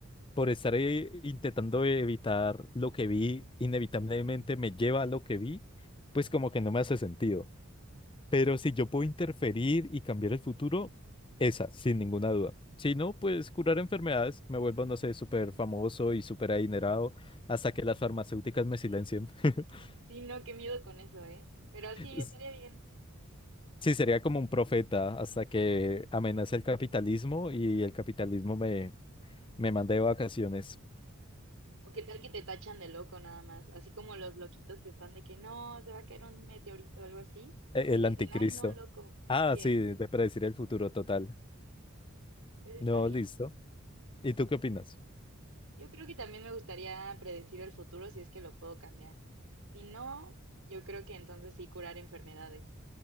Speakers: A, on the left; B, on the right.
A: por estar eh, intentando evitar lo que vi, inevitablemente me lleva a lo que vi, pues como que no me hace sentido. Pero si yo puedo interferir y cambiar el futuro, esa, sin ninguna duda. Si no, pues curar enfermedades, me vuelvo, no sé, súper famoso y súper adinerado hasta que las farmacéuticas me silencien. <laughs>
B: Sí, no, qué miedo con eso, ¿eh? Pero sí,
A: S-
B: estaría bien.
A: Sí, sería como un profeta hasta que amenace el capitalismo y el capitalismo me, me mande de vacaciones.
B: O qué tal que te tachan de loco nada más, así como los loquitos que están de que no, se va a caer un meteorito o algo así,
A: E-
B: y
A: El
B: dicen,
A: anticristo.
B: ay, no, loco.
A: Ah,
B: Sí, ¿eh?
A: sí, de predecir el futuro total.
B: Pues está
A: No,
B: bien.
A: listo. ¿Y tú qué opinas?
B: Yo creo que también me gustaría predecir el futuro si es que lo puedo cambiar. Si no, yo creo que entonces sí curar enfermedades,